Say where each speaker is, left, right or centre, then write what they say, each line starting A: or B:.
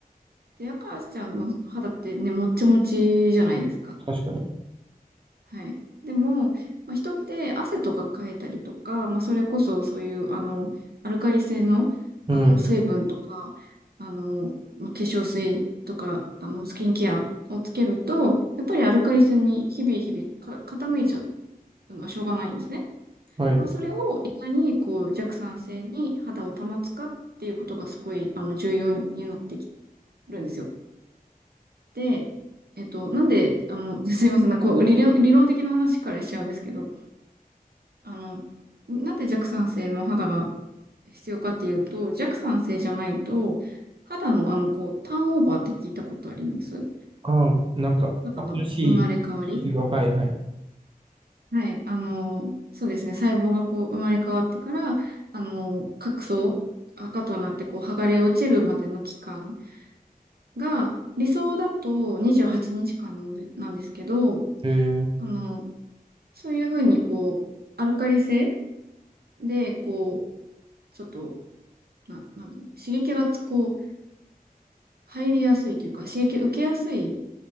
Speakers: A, on the right; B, on the right.
A: で、赤ちゃんの肌ってね、もっちもちじゃないですか。
B: 確かに。
A: はい。でも、まあ、人って汗とかかいたりとか、まあ、それこそそういう、あの、アルカリ性の、
B: うん、
A: あの、水分とか、あの、まあ、化粧水とか、あの、スキンケアをつけると、やっぱりアルカリ性に日々日々か傾いちゃうのはしょうがないんですね。
B: はい。
A: でもそれをいかに、こう、弱酸性に肌を保つかっていうことがすごい、あの、重要になってきるんですよ。で、えっと、なんで、あの、<laughs> すいません、こう、理論、理論的な話からしちゃうんですけど、あの、なんで弱酸性の肌が必要かっていうと、弱酸性じゃないと、肌のあの、こう、ターンオーバーって聞いたことあります
B: ああ、なんか、
A: 肌の生まれ変わり
B: 新しい皮膚が、はい、はい。
A: はい。あの、そうですね。細胞がこう、生まれ変わってから、あの、角層、赤となってこう、剥がれ落ちるまでの期間が、理想だと28日間なんですけど、
B: えー、
A: あの、そういうふうにこう、アルカリ性で、こう、ちょっと、な、なんていうの刺激がつこう、入りやすいというか、刺激受けやすい、